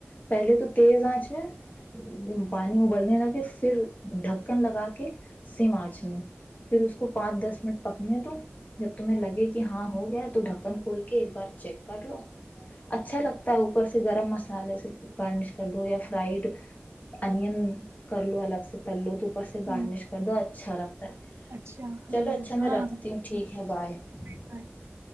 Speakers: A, on the left (about 35°); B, on the right (about 70°).
A: <unintelligible> پہلے تو تیز آنچ میں پانی ابلنے ل کے پھر ڈھکن لگا کے سم آنچ میں پھر اس کو پانچ دس منٹ پکنے دو جب تمہیں لگے کہ ہاں ہو گیا ہے تو ڈھکن کھول کے ایک بار چیک کر لو اچھا لگتا ہے اوپر سے گرم مسالے س گارنش کر دو یا فرائڈ انین کر لو الگ سے تل لو تو <unintelligible> سے گارنش
B: ہوں
A: کر دو اچھا رکھتا ہے
B: اچھا ہاں
A: چلو اچھا
B: ہاں
A: میں رکھتی ہوں ٹھیک ہے بائے <unintelligible>
B: ہے